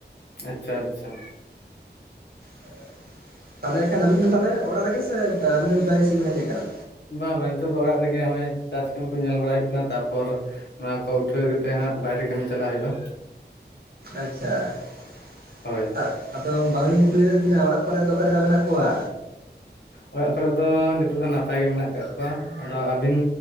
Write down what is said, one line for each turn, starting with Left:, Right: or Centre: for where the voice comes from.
Left: ᱟᱪᱪᱷᱟ ᱟᱪᱪᱷᱟ
Right: ᱦ <inaudible> ᱛᱟᱦᱚᱞᱮ ᱮᱠᱷᱟᱱ ᱟᱵᱤᱱ ᱫᱚ ᱛᱟᱦᱚᱞᱮ ᱚᱲᱟᱜ ᱨᱮᱜᱮ ᱥᱮ <unintelligible> ᱟᱹᱵᱤᱱ ᱵᱟᱭᱨᱮ ᱥᱮᱫ ᱵᱤᱱ ᱦᱮᱡ ᱟᱠᱟᱱᱟ
Left: ᱵᱟᱝ ᱵᱟᱝ ᱱᱤᱛᱚᱜ ᱫᱚ ᱚᱲᱟᱜ ᱨᱮᱜᱮ ᱱᱚᱜ-ᱚᱭ ᱪᱟᱥ ᱠᱟᱹᱢᱤ ᱠᱚ ᱧᱮᱞ ᱵᱟᱲᱟ ᱦᱩᱭᱩᱜ ᱠᱟᱱᱟ ᱛᱟᱯᱚᱨ ᱱᱚᱣᱟ ᱠᱚ ᱩᱴᱷᱟᱹᱣ ᱠᱟᱛᱮᱜ ᱦᱟᱸᱜ ᱵᱟᱭᱨᱮ ᱠᱟᱹᱢᱤ ᱪᱟᱞᱟᱜ ᱦᱩᱭᱩᱜ-ᱟ᱾
Right: ᱟᱪᱪᱷᱟ <unintelligible>
Left: ᱦᱳᱭ
Right: ᱟᱫᱚ ᱵᱟᱝᱞᱤᱧ ᱠᱩᱞᱤᱭᱮᱫ ᱵᱤᱱᱟ ᱚᱲᱟᱜ ᱠᱚᱨᱮ ᱫᱚ ᱚᱠᱟ ᱞᱮᱠᱟ ᱢᱮᱱᱟᱜ ᱠᱚᱣᱟ᱾
Left: ᱚᱲᱟᱜ ᱠᱚᱨᱮ ᱫᱚ ᱱᱤᱛᱚᱜ ᱫᱚ ᱱᱟᱯᱟᱭ ᱜᱮ ᱢᱮᱱᱟᱜ ᱠᱟᱜᱽ ᱠᱚᱣᱟ ᱟᱫᱚ ᱟᱹᱵᱤᱱ